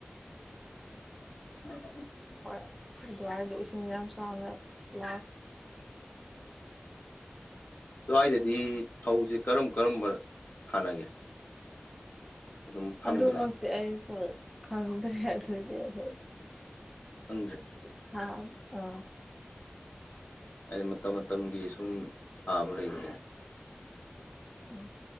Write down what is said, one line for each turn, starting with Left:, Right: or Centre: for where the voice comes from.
Left: ꯎ
Centre: ꯍꯣꯏ ꯑꯗꯨꯋꯥꯏꯗꯣ ꯏꯁꯤꯡ ꯌꯥꯝ ꯆꯥꯎꯅ ꯌꯥ
Left: ꯁ꯭ꯋꯥꯏꯗꯗꯤ ꯐꯧꯁꯦ ꯀꯔꯝ ꯀꯔꯝꯕ ꯊꯥꯅꯒꯦ ꯑꯗꯨꯝ ꯈꯪꯕꯗ
Centre: ꯑꯗꯨꯃꯛꯇꯤ ꯑꯩ ꯈꯪꯗ꯭ꯔꯦ ꯑꯗꯨꯏꯗꯤ ꯑꯩꯈꯣꯏ
Left: ꯈꯪꯗ꯭ꯔꯦ
Centre: ꯊꯥ ꯑ
Left: ꯑ ꯃꯇꯝ ꯃꯇꯝꯒꯤ ꯁꯨꯝ ꯁꯥꯕ ꯂꯩꯕ
Centre: ꯎꯝ